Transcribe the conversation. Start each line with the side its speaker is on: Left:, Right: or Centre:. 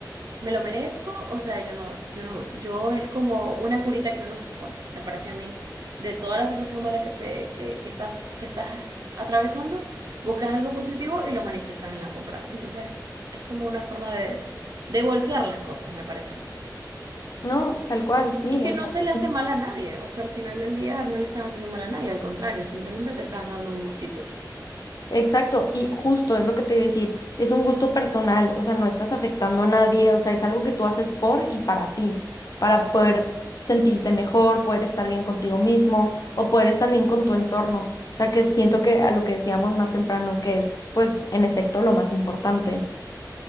Right: me lo merezco, o sea, yo no, yo no, yo es como una curita que uno se pone, me parece a mí, de toda la situación mala que te, que, que estás, que estás atravesando, buscas algo positivo y lo manifiestas en la compra. Entonces, es como una forma de, de voltear las cosas, me parece a mí.
Left: No, tal cual, sí,
Right: Y que
Left: exacto.
Right: no se le hace mal a nadie, o sea, al final del día no le estás haciendo mal a nadie, al contrario, simplemente te estás dando un gustito.
Left: Exacto, y justo es lo que te iba a decir, es un gusto personal, o sea, no estás afectando a nadie, o sea, es algo que tú haces por y para ti, para poder sentirte mejor, poder estar bien contigo mismo o poder estar bien con tu entorno. O sea, que siento que a lo que decíamos más temprano, que es, pues, en efecto, lo más importante.